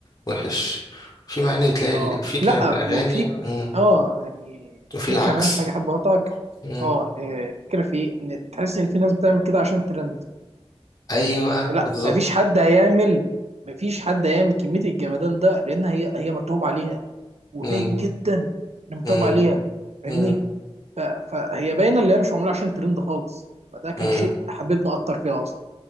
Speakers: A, on the left; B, on the right.
A: وحش وفي معاني بتلاقي
B: أه
A: ال- في كلام
B: لا
A: أغاني
B: وفي
A: مم،
B: أه يعني
A: وفي
B: في
A: العكس
B: كمان حاجة حابة أقطعك
A: مم،
B: أه آه، الفكرة في إيه؟ إن تحس إن في ناس بتعمل كده عشان ترند
A: أيوه
B: لا
A: بالظبط
B: مفيش حد هيعمل مفيش حد هيعمل كمية الجمدان ده لأن هي هي متعوب عليها وباين
A: مم،
B: جدا إن متعوب
A: مم،
B: عليها فاهمني؟
A: مم،
B: ف- فهي باينة اللي هي مش معمولة عشان ترند خالص فده كان
A: مم،
B: شيء حببنا أكتر فيها أصلا